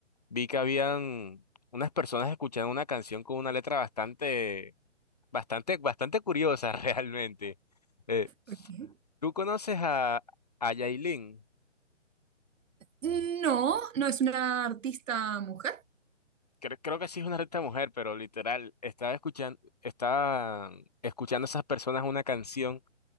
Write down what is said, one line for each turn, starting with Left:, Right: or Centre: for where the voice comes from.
Left: vi que habían unas personas escuchando una canción con una letra bastante, bastante, bastante curiosa <laughs> realmente. Eh,
Right: Ok.
Left: ¿tú conoces a, a Yailin?
Right: No, no es una artista mujer.
Left: Creo Creo, que sí es una letra mujer, pero literal, estaba escuchando, estaba escuchando esas personas una canción